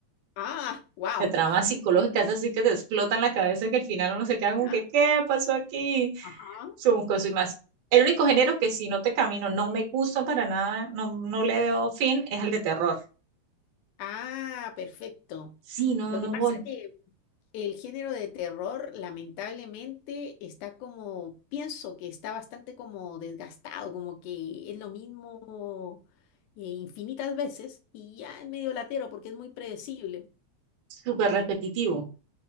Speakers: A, on the left; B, on the right.
A: Ah, wow.
B: de tramas psicológicas así que te explotan la cabeza que al final uno se queda como
A: Ajá.
B: que, ¿qué pasó aquí?
A: ajá.
B: Son cosas y más. El único género que si no te camino, no me gusta para nada, no, no le veo fin, es el de terror.
A: Ah, perfecto.
B: Sí, no,
A: Lo
B: no
A: que pasa
B: voy.
A: que el género de terror, lamentablemente, está como, pienso que está bastante como desgastado, como que es lo mismo eh, infinitas veces y ya es medio latero porque es muy predecible.
B: Súper repetitivo.